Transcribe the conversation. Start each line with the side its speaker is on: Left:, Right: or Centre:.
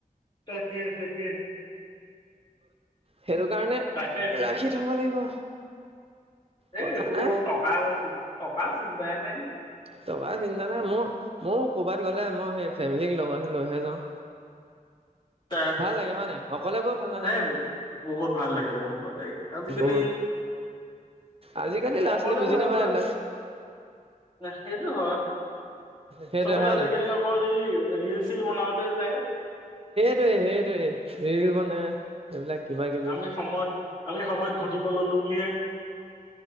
Left: তাকে তাকে।
Right: সেইটো কাৰণে
Left: তাকে
Right: ৰাখি থ'ব লাগিব।
Left: এ
Right: কথা
Left: একবোৰ
Right: নাই।
Left: টকা আছ টকা চিন্তাই নাই।
Right: টকাৰ চিন্তা নাই মোৰ ময়ৈ কৰ'বাত গ'লে মই সেই ফেমিলিক লগৰ লৈহে যাওঁ।
Left: ত
Right: ভাল লাগে হয় নাই অকলে গৈ ভাল নালাগে
Left: সেই।
Right: নহয়
Left: বহুত ভাল লাগে বহুত ভাল লাগে আজিকালি।
Right: বহুত আজিকালি ল'ৰা
Left: অকলে
Right: ছোৱালী বুজি
Left: যোৱাতো
Right: নাপায় এইবিলাক।
Left: সেইটো হয়।
Right: সেইটোৱে
Left: চবে
Right: হয়
Left: আজিকালি
Right: নাই
Left: অকল এই ৰিল- চিল বনাওতে যায়
Right: সেইটোৱে -সেইটোৱে ৰিল বনাই এইবিলাক কিবা কিবি
Left: আমি সময় আমি সময় ঘটিব ললো বুলিহে